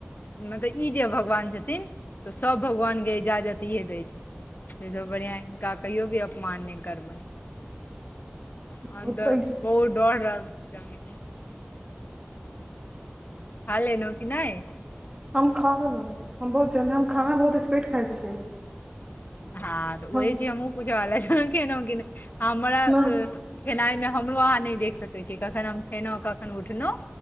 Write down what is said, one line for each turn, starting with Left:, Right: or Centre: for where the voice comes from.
Left: मतलब ई जे भगवान छथिन तऽ सभ भगवानके इजाजत इहे दै छथिन सेसँ बढ़िआँ हिनका कहियो भी अपमान नहि करबनि हम
Right: बहुत
Left: त
Right: पैघ छै
Left: बहुत डर लागैया जानली खालेलौ की नहि
Right: हम खा लेलहुँं हम बहुत जल्दी हम खाना बहुत स्पीड खाइ छियै
Left: हँ तऽ
Right: हम
Left: ओहि चीज हमहूँ पूछ रहल अछि छल कि नमकीन हमरा
Right: नहि
Left: खेनाइमे हमरो अहाँ नहि देख सकैत छी कखन हम खेयलहुँ कखन उठलहुँ